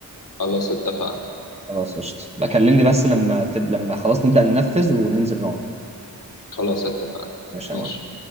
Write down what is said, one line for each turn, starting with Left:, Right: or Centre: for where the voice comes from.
Left: خلاص اتفقنا
Right: خلاص قشطه بكلمني بس لما تب... لما خلاص نبدا ننفذ وننزل نقعد
Left: خلاص اتفقنا
Right: ماشي
Left: ماشي
Right: يا معلم